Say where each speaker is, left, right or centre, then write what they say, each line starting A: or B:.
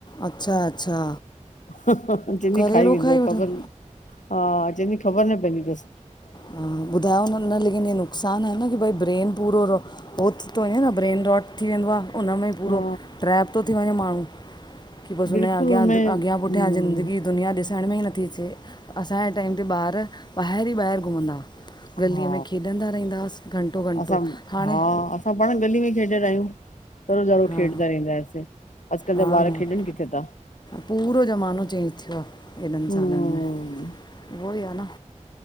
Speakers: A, on the left (about 35°); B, on the left (about 75°).
A: अच्छा अच्छा
B: चइदी
A: घरेलू
B: खाई वेंदो
A: वठनि
B: ख़बर न हा चइदी ख़बर न पवंदी थस।
A: हा ॿुधायो न। न लेकिन इय नुक़सान आहे न की भई ब्रेन पूरो थी थो वञे न ब्रेन रॉट थी वेंदो आहे हुनन मेंें ई पूरो
B: हा
A: ट्रैप थो थी वञे माणू बस
B: बिल्कुलु
A: उनजे
B: हुनमें
A: अॻिया
B: हम्म
A: पुठीया ज़िन्दगी दुनिया ॾिसण में ई नथी अचे असांजे टाइम ते ॿार ॿाहिरि ई ॿाहिरि घुमंदा। गलीअ
B: हा
A: में खेॾंदा रहिंदास, घंटो घंटो
B: असां
A: हाणे
B: हा असां पाण गली में खेॾंदायूं पर ज़ारु
A: हा
B: खेॾंदा रहिंदांआसीं, अॼुकल्ह जा
A: हा
B: ॿार
A: न
B: खेॾनि किथे ता?।
A: पूरो ज़मानो चेंज थियो आ हेॾनि
B: हम्म
A: सालनि में, उहो ई आ न।